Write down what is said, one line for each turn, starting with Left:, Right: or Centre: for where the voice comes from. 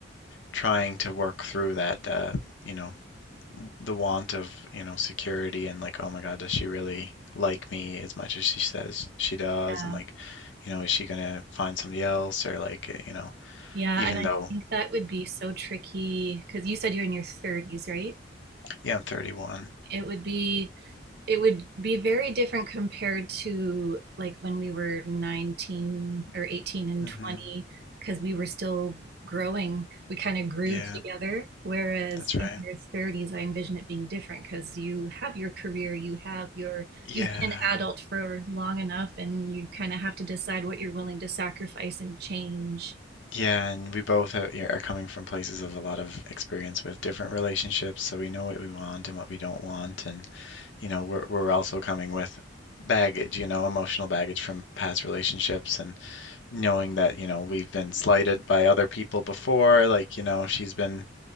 Left: trying to work through that, uh, you know, the want of, you know, security and like, oh my God, does she really like me as much as she says she does?
Right: Yeah.
Left: And like, you know, is she gonna find somebody else or like, uh, you know,
Right: Yeah,
Left: even
Right: and I
Left: though,
Right: think that would be so tricky because you said you're in your 30s, right?
Left: yeah, I'm 31.
Right: It would be It would be very different compared to like when we were 19 or 18 and
Left: hmm
Right: 20, because we were still growing. We kind of grew
Left: Yeah.
Right: together. Whereas
Left: That's right.
Right: in your 30s, I envision it being different because you have your career, you have your,
Left: Yeah.
Right: you've been an adult for long enough, and you kind of have to decide what you're willing to sacrifice and change,
Left: Yeah, and we both are, yeah, are coming from places of a lot of experience with different relationships, so we know what we want and what we don't want, and you know, we're we're also coming with baggage, you know, emotional baggage from past relationships and knowing that, you know, we've been slighted by other people before, like, you know, she's been